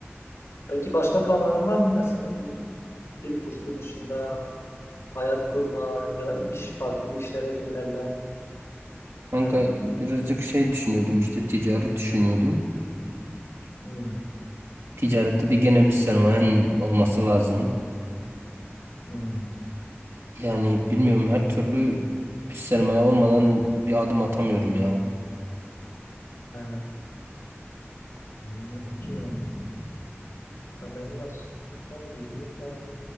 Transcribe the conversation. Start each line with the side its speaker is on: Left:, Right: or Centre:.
Left: peki başka planların var mı mesela bir dil kursu dışında hayat kurma ya da iş farklı işlere yönelme.
Right: Kanka
Left: Yani
Right: birazcık şey düşünüyordum işte ticaret düşünüyordum.
Left: hmm,
Right: Ticarette de gene bir sermayen olması lazım.
Left: hmm.
Right: Yani bilmiyorum her türlü bir sermaye olmadan bir adım atamıyorum ya.
Left: Ha, bilmiyorum ki yani. Ya benim nasıl ben gibiyim ben